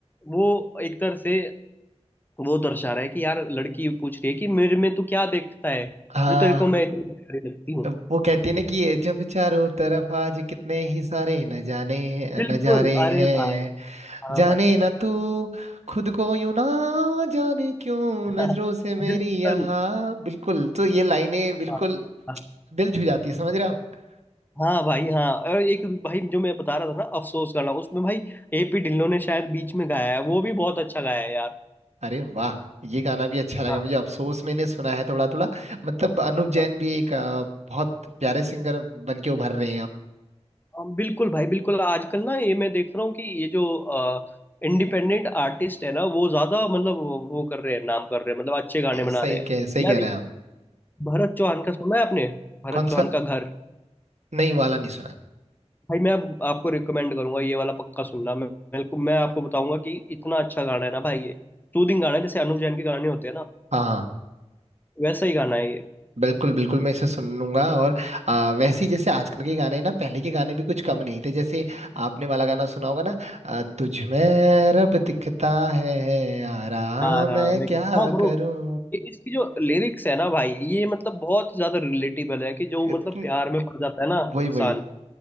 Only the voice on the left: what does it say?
वो एक तरह से वो दर्शा रहा है कि यार लड़की पूछ रही है कि मेरे में तू क्या देखता है
जो तेरे को मैं इतनी प्यारी लगती हूँ
बिल्कुल
अरे
भाई हाँ
भाई
<laughs>
बिल्कुल
हाँ हाँ
हाँ भाई हाँ और एक भाई जो मैं बता रहा था ना अफसोस करना उसमें भाई एपी ढिल्लों ने शायद बीच में गाया है वो भी बहुत अच्छा गाया है यार
हाँ
हाँ,
हाँ, बिल्कुल भाई बिल्कुल आजकल ना ये मैं देख रहा हूँ कि ये जो इंडिपेंडेंट आर्टिस्ट है ना वो ज्यादा मतलब वो वो कर रहे हैं नाम कर रहे हैं मतलब अच्छे गाने
बना
रहे हैं
यार
एक
भरत चौहान का सुना है आपने भरत
चौहान
का घर
भाई मैं आप- आपको रिकमेंड करूंगा ये वाला पक्का सुनना मैं मेरे को मैं आपको बताऊंगा कि इतना अच्छा गाना है ना भाई ये सूदिंग गाना है जैसे अनुव जैन के गाने होते हैं ना
वैसा ही गाना है ये
आराम
है
क्या हाँ ब्रो
इसकी जो लिरिक्स है ना भाई ये मतलब बहुत ज्यादा रिलेटेबल है कि जो
मतलब प्यार में पड़ जाता है ना
इंसान